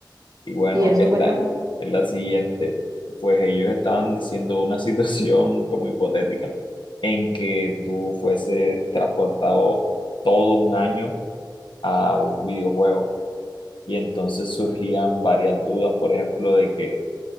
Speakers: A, on the left; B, on the right.
A: Y bueno,
B: Y eso,
A: es
B: cuéntame.
A: la, es la siguiente. Pues ellos estaban diciendo una <laughs> situación como hipotética en que tú fueses transportado todo un año a un videojuego. Y entonces surgían varias dudas, por ejemplo, de que